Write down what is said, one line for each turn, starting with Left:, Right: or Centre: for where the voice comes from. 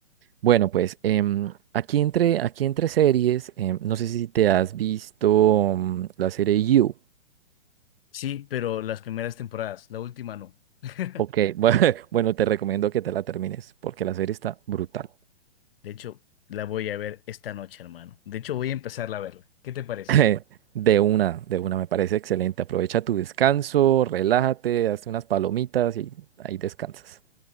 Right: Bueno, pues em, aquí entre, aquí entre series, em, no sé si te has visto mm, la serie You.
Left: Sí, pero las primeras temporadas, la última no. <laughs>
Right: Ok, <laughs> bueno, bueno, te recomiendo que te la termines porque la serie está brutal.
Left: De hecho, la voy a ver esta noche, hermano. De hecho, voy a empezarla a verla. ¿Qué te parece?
Right: <laughs> De una, de una, me parece excelente. Aprovecha tu descanso, relájate, hazte unas palomitas y ahí descansas.